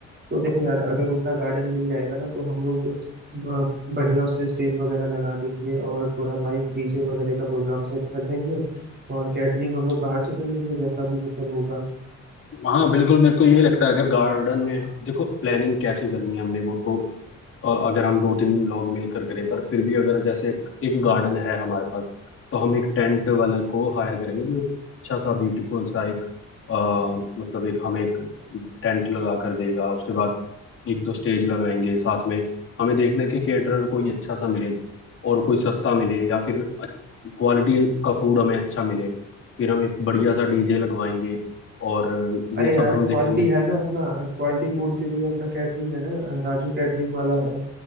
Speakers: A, on the right; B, on the left.
A: तो देखो यार अगर उनका गार्डन मिल जाएगा ना तो हम लोग अ, बढ़िया उसमें स्टेज वगैरह लगा देंगे और थोड़ा माइक डीजे वगैरह का प्रोग्राम सेट कर देंगे और कैटरिंग हम लोग बाहर से कर लेंगे जैसा भी मतलब होगा
B: हाँ बिल्कुल मेरे को ये लगता है अगर गार्डन में देखो प्लानिंग कैसे करनी है हमने वो तो अ, अगर हम दो तीन लोग मिलकर करें पर फिर भी अगर जैसे एक, एक गार्डन है हमारे पास तो हम एक टेंट वाले को हायर करेंगे जो अच्छा सा ब्यूटीफुल सा एक अ, मतलब एक हमें एक टेंट लगा कर देगा उसके बाद एक दो स्टेज लगाएंगे साथ में हमें देखना है कि केटरर कोई अच्छा सा मिले और कोई सस्ता मिले या फिर क्वालिटी का फूड हमें अच्छा मिले फिर हम एक बढ़िया सा डीजे लगवाएंगे और
A: अरे
B: ये सब
A: यार
B: हम देखेंगे
A: क्वालिटी है ना अपना क्वालिटी फूड के लिए अपना कैटरिंग है ना राजू कैटरिंग वाला है